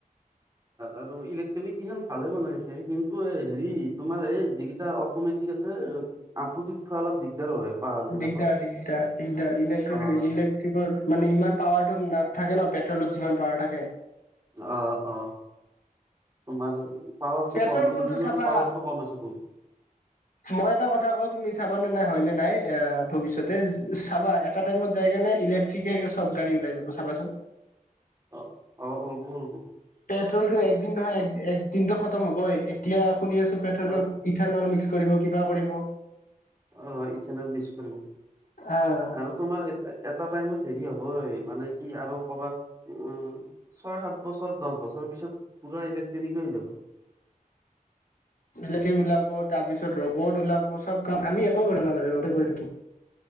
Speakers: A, on the right (about 25°); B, on the left (about 75°).
A: আৰু ইলেক্ট্ৰনিক কেইখন ভালে বনাইছে কিন্তু এই হেৰি তোমাৰ এই যিকেইটা অটমেটিক আছে আতমেটিক উ থোৱা অলপ দিগদাৰ হয় পাহাৰ বিলাকত
B: দিগদাৰ দিগদাৰ দিগদাৰ ইলেক্ট্ৰ
A: অ',
B: ইলেক্ট্ৰিক মানে ইমান পাৱাৰটো না থাকে ন পেট্ৰলত
A: অ অ। তোমাৰ পাৱাৰটো
B: পেট্ৰল
A: কম
B: কোনটো
A: ইঞ্জিনৰ
B: চাবা
A: পাৱাৰটো কম আছে বহুত।
B: মই এটা কথা কওঁ তুমি চাব নে নাই হয় নে নাই ভৱিষ্যতে চাবা এটা টাইমত যায় কেনে ইলেক্ট্ৰিকে চব গাড়ী উলাই যাব চাবাচোন
A: অ অ উব উব
B: পেট্ৰলটো একদিন নহয় এক এক দিনটো দাম হ'বই এতিয়া শুনি আছো পেট্টলত
A: অ',
B: মিঠাইন অইল মিক্স কৰিব কিবা কৰিব
A: অ মিঠাইন অইল মিক্স কৰিব
B: আহ
A: আৰু তোমাৰ এটা টাইমত হেৰি হ'বই মানে কি আৰু ক'ৰবাত। উম ছয় সাত বছৰ দহ বছৰ পিছত পুৰা ইলেক্ট্ৰনিকেই হৈ যাব
B: লে ওলাব তাৰপিছত ৰবত ওলাব চব কাম আমি একো কৰিব নালাগে ৰবতে কৰি দিব